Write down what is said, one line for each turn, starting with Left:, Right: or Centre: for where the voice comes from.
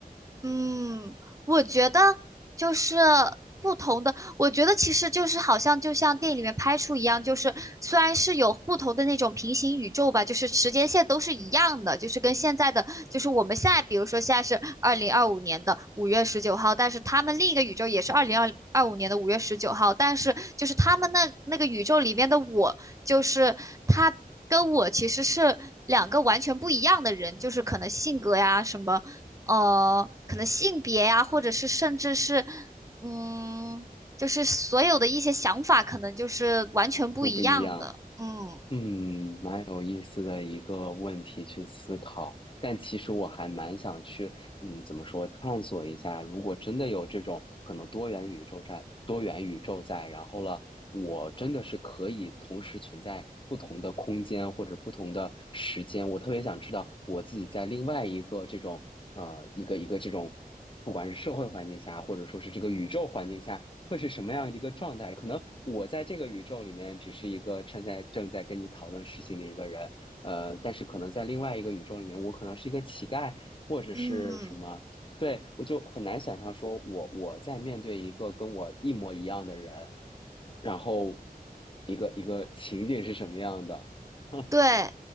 Right: 嗯，我觉得就是不同的，我觉得其实就是好像就像电影里面拍出一样，就是虽然是有不同的那种平行宇宙吧，就是时间线都是一样的，就是跟现在的，就是我们现在比如说现在是二零二五年的五月十九号，但是他们另一个宇宙也是二零二二五年的五月十九号，但是就是他们那那个宇宙里面的我，就是他。跟我其实是两个完全不一样的人，就是可能性格呀什么，呃，可能性别呀、或者是甚至是，嗯，就是所有的一些想法，可能就是完全不一样的。
Left: 都不一样？
Right: 嗯
Left: 嗯，蛮有意思的一个问题去思考，但其实我还蛮想去，嗯，怎么说，探索一下，如果真的有这种可能多元宇宙在，多元宇宙在，然后了，我真的是可以同时存在不同的空间或者不同的时间，我特别想知道我自己在另外一个这种，呃，一个一个这种。不管是社会环境下，或者说是这个宇宙环境下，会是什么样的一个状态？可能我在这个宇宙里面只是一个正在正在跟你讨论事情的一个人，呃，但是可能在另外一个宇宙里面，我可能是一个乞丐，或者是什么。
Right: 嗯，
Left: 对，我就很难想象说我我在面对一个跟我一模一样的人，然后一个一个情景是什么样的。<laughs>
Right: 对，